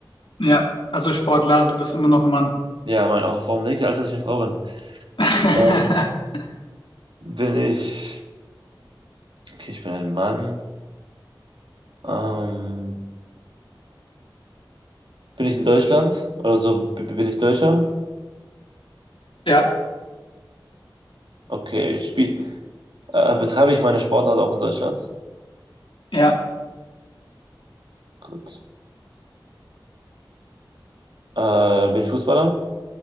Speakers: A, on the left (about 85°); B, on the right (about 75°).
A: ja, also Sportler, du bist immer noch ein Mann.
B: Ja, mein, auch, warum denke ich alles, dass ich eine Frau bin?
A: <laughs>
B: Ähm, bin ich, okay, ich bin ein Mann. Ähm, Bin ich in Deutschland? Also b- bin ich Deutscher?
A: Ja,
B: Okay, ich spiel, äh, betreibe ich meine Sportart auch in Deutschland?
A: ja,
B: Gut. Äh, bin ich Fußballer?